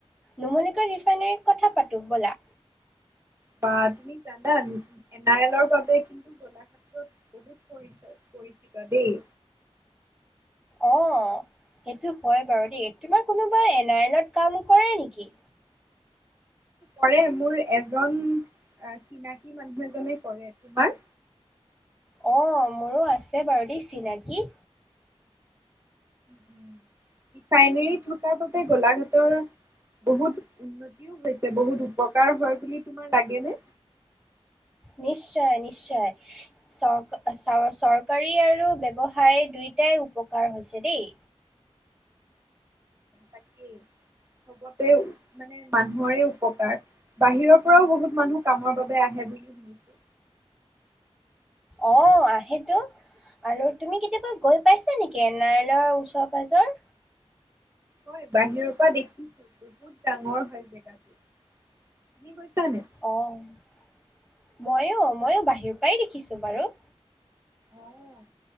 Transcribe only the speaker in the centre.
নুমলীগড় ৰিফাইনেৰীৰ কথা পাত ব'লা
অ সেইটো হয় বাৰু দেই তোমাৰ কোনোবা এন আৰ এলত কাম কৰে নেকি?
অ মোৰো আছে বাৰু দেই চিনাকি।
নিশ্চয়, নিশ্চয়- চৰ চ চৰকাৰী আৰু ব্যবসায় দুয়োটাই উপকাৰ হৈছে দেই।
অ আহেতো আৰু তুমি কেতিয়াবা গৈ পাইছা নেকি এনাৰেলৰ ওচৰ পাজৰ
অ' ময়ো-ময়ো বাহিৰৰ পৰাই দেখিছোঁ বাৰু